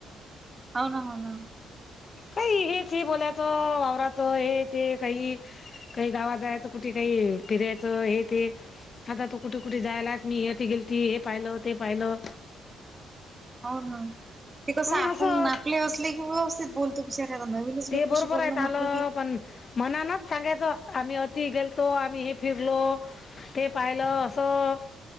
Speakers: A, on the right (about 25°); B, on the left (about 40°).
A: होना, हो ना.
B: काहीही, हेच हे बोलायचं. वावराचं हे ते काही काही गावाला जायचं कुठे काही फिरायच हे ते. आता तू कुठे कुठे जायलाच, मी हे ते गेलती हे पाहिलं ते पाहिलं.
A: हो ना, ते कसं
B: हा
A: आपण
B: असं
A: आपले असले कि, व्यवस्थित बोल तो. बिचार्याला नवीनच व्यक्तीशी
B: ते बरोबर
A: बोलणं
B: आहेत
A: म्हटलं
B: आलं
A: की
B: पण मनानच सांगायचं. आम्ही इथं गेलतो. आम्ही हे फिरलो. ते पाहिलं असं,